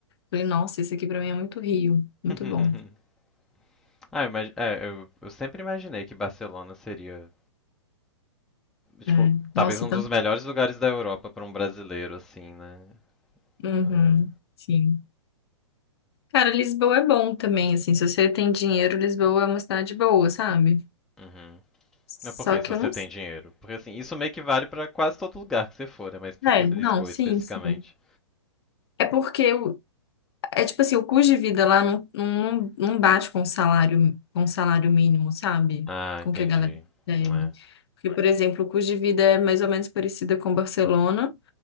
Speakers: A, on the left; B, in the centre.
A: falei, nossa, isso aqui pra mim é muito Rio, muito
B: <laughs>
A: bom.
B: Ah, eu, imag- é, eu- eu sempre imaginei que Barcelona seria, tipo,
A: É,
B: talvez
A: Nossa,
B: um
A: então,
B: dos melhores lugares da Europa para um brasileiro, assim, né?
A: uhum,
B: É.
A: sim. Cara, Lisboa é bom também, assim, se você tem dinheiro, Lisboa é uma cidade boa, sabe?
B: Uhum.
A: Só
B: Mas por quê?
A: que
B: Se você
A: eu não
B: tem dinheiro? Porque assim, isso meio que vale para quase todo lugar que você for, né? Mas por
A: É,
B: que Lisboa
A: não, sim,
B: especificamente?
A: sim. É porque o, é tipo assim, o custo de vida lá não, não, não bate com o salário, com o salário mínimo, sabe?
B: Ah,
A: Com
B: entendi.
A: que a galera recebe.
B: É.
A: Porque, por exemplo, o custo de vida é mais ou menos parecida com Barcelona,